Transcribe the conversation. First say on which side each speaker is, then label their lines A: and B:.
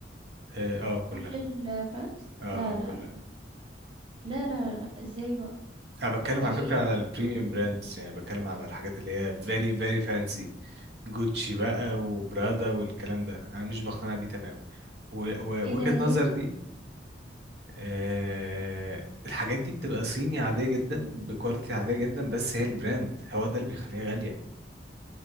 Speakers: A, on the right; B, on the right.
A: اه آه، كلها
B: كل الbrands؟
A: اه
B: لا،
A: آه،
B: لا،
A: كلها
B: لأ، لا، لا، لا، لأ، إزاي بقى؟
A: انا بتكلم
B: يعني
A: على فكره
B: إيه
A: على البريميوم
B: إمم.
A: براندز يعني بتكلم على الحاجات اللي هي فيري فيري فانسي جوتشي بقى وبرادا والكلام ده انا مش بقتنع بيه تماما و- ووجهه
B: إيه ده ليه؟
A: نظر دي آه الحاجات دي بتبقى صيني عاديه جدا بكواليتي عاديه جدا بس هي البراند هو ده اللي بيخليها غاليه